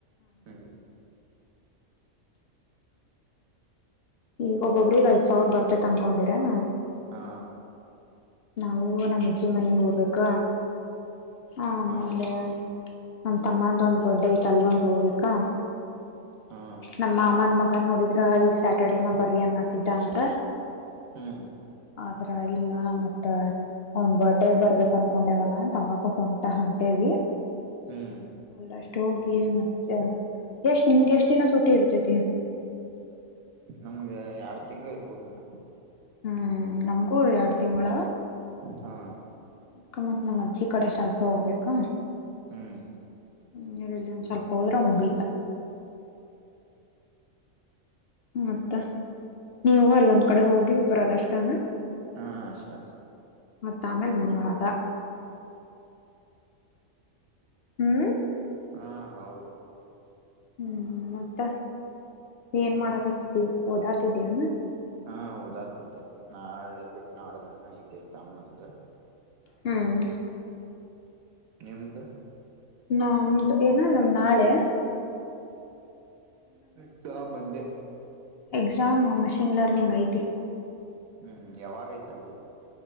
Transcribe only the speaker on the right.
ಹ್ಮ್
ಹಾ
ಹಾ
ಹಾ
ಹ್ಮ್
ಹ್ಮ್
ನಮ್ಗೆ ಎರಡ್ ತಿಂಗಳು ಇರ್ಬೋದೇನ
ಹಾ
ಹ್ಮ್
ಹಾ ಅಷ್ಟ
ಹಾ ಹೌದು
ಹಾ ಹದತಿದ್ದೆ ನಾಳೆ ಬಿಟ್ಟು ನೋಡ್ದಾನ ಐತೆ ಎಕ್ಸಾಮ್ ನಂದು
ನಿಮ್ದ
ಎಕ್ಸಾಮ್ ಅಲ್ಲಿ
ಹ್ಮ್ ಯಾವಾಗೈ್ತ ಅಂದೆ